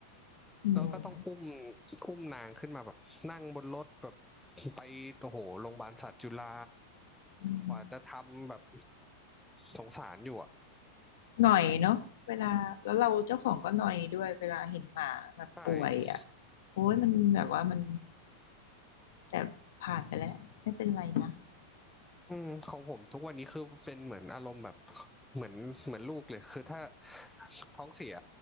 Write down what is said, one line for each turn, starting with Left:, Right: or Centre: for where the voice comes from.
Left: อืม
Centre: แล้วก็ต้องอุ้มอุ้มนางขึ้นมาแบบนั่งบนรถแบบไปโอ้โหโรงพยาบาลสัตว์จุฬา
Left: อืม
Centre: กว่าจะทำแบบสงสารอยู่อ่ะ
Left: หน่อยเนาะเวลาแล้วเราเจ้าของก็หน่อยด้วยเวลาเห็นหมาแบบป่วยอะ
Centre: ใช่
Left: โอ้ยมันแบบว่ามันแต่ผ่านไปแล้วไม่เป็นไรนะ
Centre: อืมของผมทุกวันนี้คือเป็นเหมือนอารมณ์แบบเหมือนเหมือนลูกเลยคือถ้าท้องเสีย